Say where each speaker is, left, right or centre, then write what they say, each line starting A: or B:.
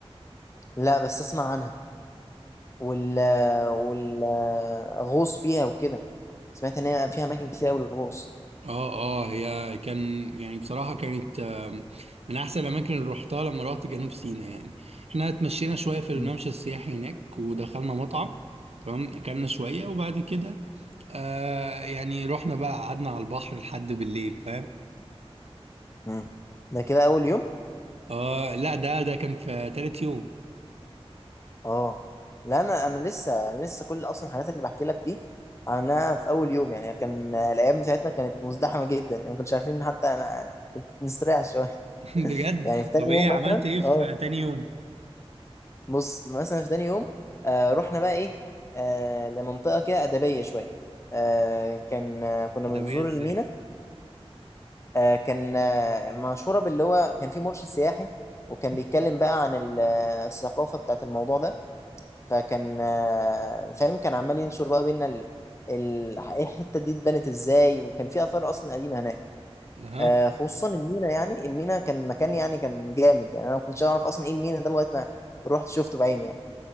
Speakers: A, on the left; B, on the right.
A: لا بس اسمع عنها وال والغوص فيها وكده سمعت ان هي فيها اماكن كتير قوي للغوص
B: اه اه هي كان يعني بصراحة كانت آم، من أحسن الأماكن اللي روحتها لما روحت جنوب سيناء يعني احنا اتمشينا شوية في الممشى
A: مم.
B: السياحي هناك ودخلنا مطعم تمام أكلنا شوية وبعد كده آه يعني رحنا بقى قعدنا على البحر لحد بالليل فاهم
A: امم ده كده اول يوم
B: اه لا ده ده كان في تالت يوم
A: اه لا انا انا لسه أنا لسه كل اصلا الحاجات اللي بحكي لك دي عملناها في اول يوم يعني كان الايام بتاعتنا كانت مزدحمه جدا يعني ما كناش عارفين حتى نستريح شويه
B: <laughs> بجد
A: <laughs> يعني في تاني
B: طب
A: يوم
B: ايه عملت
A: مثلا
B: ايه
A: اه
B: في تاني يوم
A: بص مثلا في تاني يوم آه رحنا بقى ايه آه لمنطقه كده ادبيه شويه آه كان آه كنا
B: ده
A: بنزور
B: بقى ازاي
A: المينا آه كان آه مشهوره باللي هو كان في مرشد سياحي وكان
B: <laughs>
A: بيتكلم بقى عن ال- آه، الثقافه بتاعت الموضوع ده فكان آه فاهم كان عمال ينشر بقى بينا ال ال- إيه الحته دي اتبنت ازاي وكان في اثار اصلا قديمه هناك
B: اها
A: آه، خصوصا المينا يعني المينا كان مكان يعني كان جامد يعني انا ما كنتش اعرف اصلا ايه المينا ده لغايه ما رحت شفته بعيني يعني